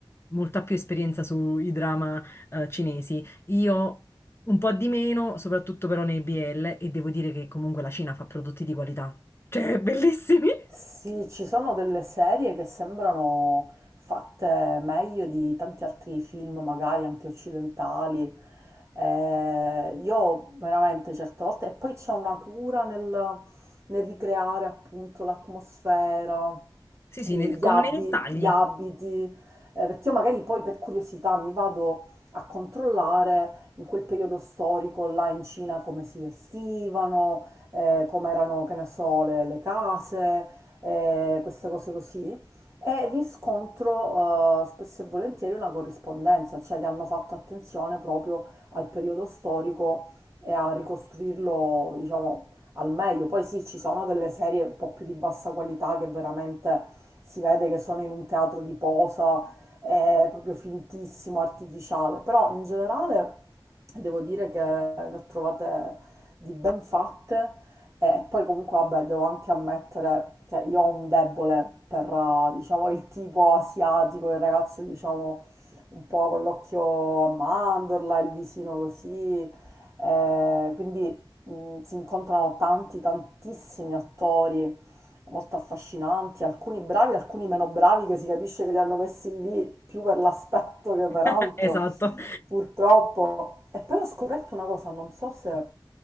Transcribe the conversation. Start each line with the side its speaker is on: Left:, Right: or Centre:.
Left: molta più esperienza sui drama eh, cinesi, io un po' di meno, soprattutto però nei BL, e devo dire che comunque la Cina fa prodotti di qualità, cioè bellissimi. <laughs>
Right: Sì, ci sono delle serie che sembrano fatte meglio di tanti altri film, magari anche occidentali. Eh, io veramente certe volte, e poi c'è una cura nel, nel ricreare appunto l'atmosfera,
Left: Sì, sì,
Right: e
Left: nei-
Right: gli
Left: come
Right: abi-
Left: nei dettagli.
Right: gli abiti, eh, perché io magari poi per curiosità mi vado a controllare in quel periodo storico là in Cina come si vestivano, eh, come erano, che ne so, le, le case, eh, queste cose così, e riscontro eh, spesso e volentieri una corrispondenza, cioè che hanno fatto attenzione proprio al periodo storico e a ricostruirlo, diciamo, al meglio. Poi sì, ci sono delle serie un po' più di bassa qualità che veramente si vede che sono in un teatro di posa, è proprio fintissimo, artificiale, però in generale devo dire che ne ho trovate di ben fatte e poi comunque vabbè, devo anche ammettere che io ho un debole per, eh, diciamo, il tipo asiatico, il ragazzo, diciamo, un po' con l'occhio a mandorla, il visino così. eh, quindi mh, si incontrano tanti, tantissimi attori molto affascinanti, alcuni bravi, alcuni meno bravi, che si capisce che li hanno messi lì più per l'aspetto che per
Left: <laughs>
Right: altro.
Left: Esatto.
Right: Purtroppo. E poi ho scoperto una cosa, non so se